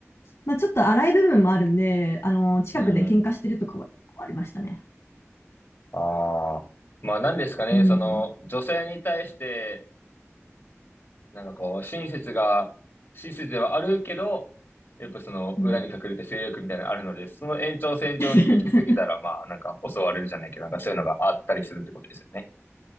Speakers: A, on the left (about 60°); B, on the left (about 45°).
A: まあ、ちょっと荒い部分もあるんで、あの、近くで喧嘩してるとかはありましたね。
B: うん。ああ。まあ何ですかね、
A: うん。
B: その女性に対して、なんかこう、親切が、親切ではあるけど、やっぱその裏に隠れた性欲みたいなのあるので、
A: うん。
B: その延長線上に行き過ぎたら、
A: <laughs>
B: まあなんか襲われるじゃないけど、なんかそういうのがあったりするってことですよね。